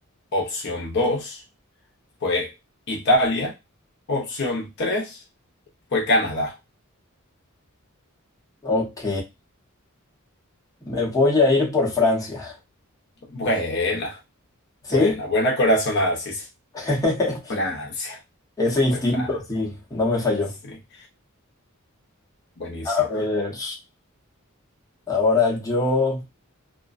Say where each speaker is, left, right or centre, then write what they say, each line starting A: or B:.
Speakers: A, on the left; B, on the left.
A: Opción 2 fue Italia. Opción 3 fue Canadá.
B: ok. Me voy a ir por Francia.
A: Buena,
B: ¿Sí?
A: buena, buena corazonada. Sí, sí.
B: <laughs>
A: Francia.
B: Ese instinto,
A: De Francia.
B: sí, no me falló.
A: Sí, buenísimo.
B: A ver, ahora yo.